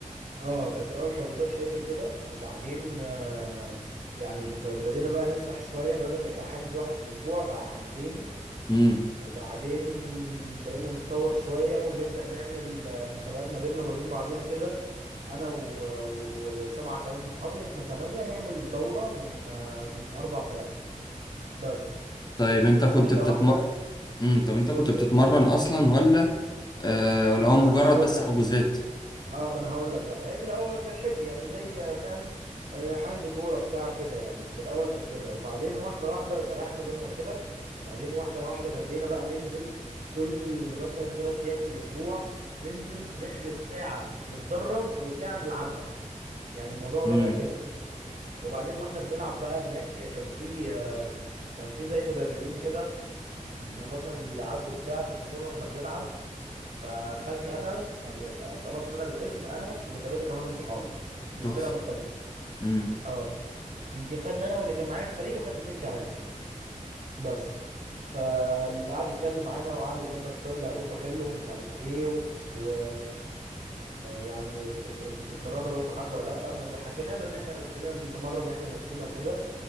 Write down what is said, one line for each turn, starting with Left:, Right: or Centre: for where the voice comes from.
Right: اه كانت في الاول حجوزات حب كده وبعدين آه، يعني ب- بدينا بقى نسرح شويه بدل ما يبقى حجز واحد في الاسبوع بقى حجزين
Left: امم
Right: وبعدين بقينا نتطور شويه ونبدا نعمل آه، مسابقات ما بيننا وما بين بعضينا كده انا و- و- وسبعه كمان من صحابي احنا تمانية نعمل دوره من آه، من اربع فرق بس
Left: طيب انت كنت
Right: واحده
Left: بتتم
Right: واحده
Left: امم طب انت
Right: قول
Left: كنت
Right: لي
Left: بتتمرن
Right: قول لي
Left: اصلا ولا آه ولا
Right: ما
Left: هو
Right: انا
Left: مجرد
Right: هقول
Left: بس
Right: لك
Left: حجوزات
Right: اه ما انا هقول لك بقى هي في الاول كانت حب يعني زي فاهم آه، حجز كوره بتاع كده يعني في الاول كانت كده وبعدين واحده واحده سرحنا زي ما قلت لك وبعدين واحده واحده بدينا بقى ننزل كل مثلا ثلاث ايام في الاسبوع ننزل نحجز ساعه نتدرب وساعه نلعبها يعني الموضوع
Left: امم
Right: بدأ كده وبعدين واحنا بنلعب بقى هناك كان في آه، كان في زي مدربين كده بيبقوا مثلا بيعدوا بتاع فشافونا واحنا بنلعب فخدني انا يعني طلبني انا بالاسم انا وثلاثه كمان من صحابي من
Left: تحفه
Right: فرقه مختلفه
Left: امم
Right: اه يمكن خدني انا واللي كان معايا في الفريق وخد اتنين كمان بس فقعد يتكلم معانا وقعد يقول لنا ستايل لعبكم حلو ومش عارف ايه و... و... يعني ت- ت- انتوا بتتمرنوا بقالكم حبه ولا لا فحكينا له ان احنا بدنا نمرن احنا نفسينا وكده